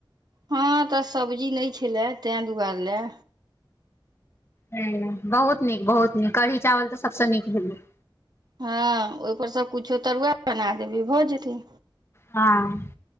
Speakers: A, on the right; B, on the left.
A: हँ तऽ सब्जी नहि छलए तें दुआरे लए
B: ह बहुत नीक बहुत नीक कढ़ी चावल तऽ सभसँ नीक भेले
A: हँ ओहिपर सभ किछो तरुआए बना देबै भऽ जेतय
B: हँ